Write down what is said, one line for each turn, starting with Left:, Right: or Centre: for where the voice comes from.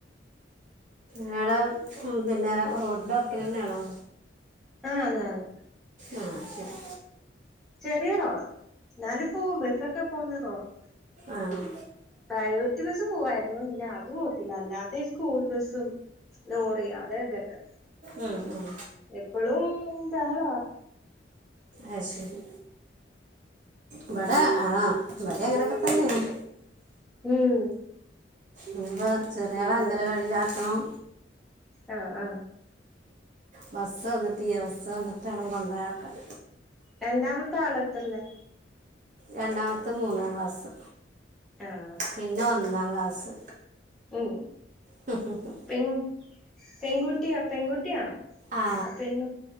Right: ഞടെ ഉം പിന്നെ റോഡിന്റെ വാക്കിനന്നാണോ
Centre: ആഹ് ന്നാന്ന്
Right: ആഹ് ശരി
Centre: ചെറിയ റോഡാ ഞാലുപ്പോ ബസ്സൊക്കെ പോന്ന റോഡാ
Right: ആഹ്
Centre: പ്രൈവറ്റ് ബസ്സ് പോവായിരുന്നു പിന്നെ അത് പോകത്തില്ല അല്ലാത്ത ഈ സ്കൂൾ ബസ്സും ലോറി അതെ അതൊക്കെ
Right: ഉം ഉം
Centre: എപ്പളു ബഹള
Right: അയ്ശരി ഇവട ആഹ് ഇവട അങ്ങനെക്കെ തന്നെയാണ്
Centre: ഉം
Right: ഇനിപ്പോ ചെറിയാളെ അങ്കല വാടിലാക്കണം
Centre: അ ആഹ്
Right: ബസ്സ് വന്നിട്ടിയ ബസ്സ് വന്നിട്ടാണം കൊണ്ടൊയാക്കാൻ
Centre: രണ്ടാമത്തെ ആളത്രേല്
Right: രണ്ടാമത്തെ മൂന്നാ ക്ലാസ്സ്
Centre: ആഹ്
Right: പിന്നെ ഒന്നാ ക്ലാസ്
Centre: ഉം
Right: ഹും ഹും ഹും
Centre: പെ പെൺകുട്ടിയ പെൺകുട്ടിയാണ്
Right: ആ
Centre: അ പെൺ